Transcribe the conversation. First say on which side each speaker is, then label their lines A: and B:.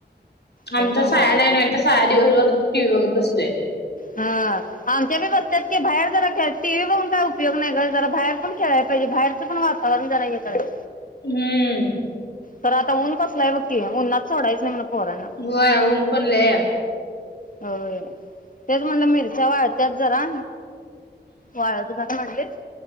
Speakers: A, on the left (about 65°); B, on the left (about 50°).
A: आमच्या
B: लय दमवत
A: साया नाही.
B: होते.
A: नाही तर साया दिवसभर टीव्ही बघत बस ते
B: हा आमच्या बी बसत्याात की, बाहेर जरा खेळ टी व्ही बघून काय उपयोग नाही ग जरा बाहेर पण खेळायला पाहिजे. बाहेरचं पण वातावरण जरा हे कराय
A: हम्म
B: तर आता ऊन कसलाय बघ की, उन्हात सोडायचं नाही म्हण. पोरांना
A: व्हय उन्ह पडलया.
B: होय. तेच म्हणलं मिरच्या वाळत त्यात जरा वाळत घाल. काय म्हणलीस?